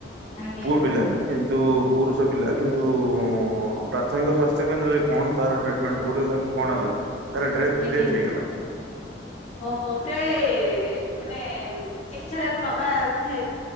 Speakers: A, on the left (about 40°); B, on the right (about 70°).
A: ଆଜ୍ଞା
B: ପୁଅ ପିଲା କିନ୍ତୁ ପୁରୁଷ ପିଲା କିନ୍ତୁ। ପ୍ରାଥମିକ ସ୍ୱାସ୍ଥ୍ୟକେନ୍ଦ୍ରରେ କଣ ତାର ଟିଟମେଣ୍ଟ ଭୁଲ ହେଲା କି କଣ ହେଲା ତାର ଡେଥ୍
A: ଆଜ୍ଞା
B: ଡେଥ୍ ହେଇଗଲା
A: ଓହୋ ପ୍ରାୟ ମାନେ ଚିକିତ୍ସାଳୟକୁ ନବା ବୋଧେ